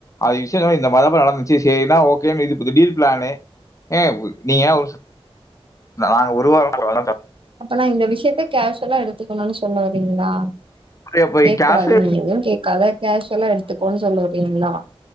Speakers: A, on the left; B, on the right.
A: அது விஷயம் என்ன்னா இந்த மாறிதாப்பா நடந்துச்சு சேரினா ஓகே இது இது திடீர் பிளானு ஏங் நீங்க ஒரு நாங்க ஒரு வாரம் போனதுலா தப்
B: அப்ப நா இந்த விஷயத்தா கேஷுவுலா எடுத்துக்கணும்னு சொல்ல வரீங்களா
A: இப்போ
B: கேட்க
A: கேஷ்ல
B: கூடாது நீங்க எதுவும் கேட்காத கேஷுவுலா எடுத்துக்கோன்னு சொல்ல வரீங்களா